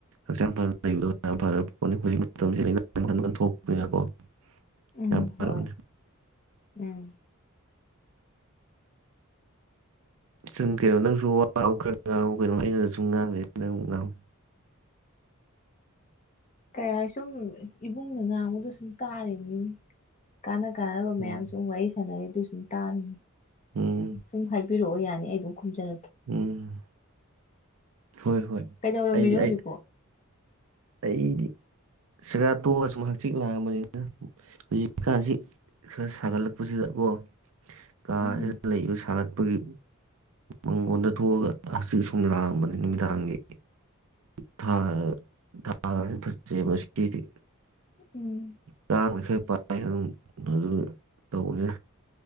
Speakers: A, on the right (about 65°); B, on the left (about 35°).
A: ꯍꯛꯆꯥꯡ ꯐꯅ ꯂꯩꯕꯗꯣ ꯌꯥꯝ ꯐꯔ ꯄꯣꯠꯅꯤꯒꯤ ꯃꯇꯝꯁꯦ ꯂꯩꯅ ꯃꯈꯜ ꯃꯈꯜ ꯊꯣꯛꯄꯅꯤꯅꯀꯣ
B: ꯎꯝ
A: ꯌꯥꯝ ꯐꯔꯕꯅꯦ
B: ꯍꯣꯏ ꯎꯝ
A: ꯁꯨꯝ ꯀꯩꯅꯣ ꯅꯪꯁꯨ ꯋꯥ ꯈꯔ ꯉꯥꯡꯉꯨ ꯀꯩꯅꯣ ꯑꯩꯅꯁꯨ ꯁꯨꯝ ꯉꯥꯡ ꯂꯩ ꯅꯪ ꯑꯃꯨꯛ ꯉꯥꯡꯉꯣ
B: ꯀꯌꯥ ꯁꯨꯝ ꯏꯕꯨꯡꯅ ꯉꯥꯡꯕꯗꯣ ꯁꯨꯝ ꯇꯥꯔꯤꯕꯅꯤꯅ ꯀꯥꯟꯅ ꯀꯥꯟꯅꯕ
A: ꯎꯝ
B: ꯃꯌꯥꯝ ꯁꯨꯝ ꯋꯥꯔꯤ ꯁꯥꯟꯅꯔꯤꯗꯨ ꯁꯨꯝ ꯇꯥꯅꯤ
A: ꯎꯝ
B: ꯁꯨꯝ ꯄꯤꯔꯛꯑꯣ ꯌꯥꯅꯤ ꯑꯩ ꯑꯗꯨꯝ ꯈꯨꯝꯖꯔꯒꯦ
A: ꯎꯝ ꯍꯣꯏ ꯍꯣꯏ
B: ꯀꯩꯗꯧꯔꯝꯃꯤꯅꯣ
A: ꯑꯩꯗꯤ ꯑꯩ
B: ꯍꯧꯖꯤꯛꯄꯣ
A: ꯑꯩꯗꯤ ꯆꯥꯛꯆꯥ ꯇꯣꯛꯑꯒ ꯁꯨꯝ ꯍꯛꯆꯤꯛ ꯂꯥꯡꯉꯝꯕꯅꯤꯗ ꯍꯧꯖꯤꯛ ꯀꯥꯟꯁꯤ ꯈꯔ ꯁꯥꯒꯠꯂꯛꯄꯁꯤꯗ ꯀꯣ ꯀꯥꯁꯤꯗ
B: ꯎꯝ
A: ꯂꯩꯕ ꯁꯥꯒꯠꯄꯒꯤ ꯃꯪꯒꯣꯟꯗ ꯊꯣꯛꯑꯒ ꯍꯥꯛꯆꯤꯛ ꯁꯨꯝ ꯂꯥꯛꯑꯝꯕꯅꯤ ꯅꯨꯃꯤꯗꯥꯡꯒꯤ ꯊꯥ ꯊꯥꯁꯦ ꯐꯥꯖꯩꯌꯦꯕ ꯉꯥꯁꯤꯗꯤ
B: ꯎꯝ
A: ꯇꯥꯡꯅ ꯈꯔ ꯄꯥꯏ ꯑꯗꯨ ꯑꯗꯨ ꯇꯧꯅꯤ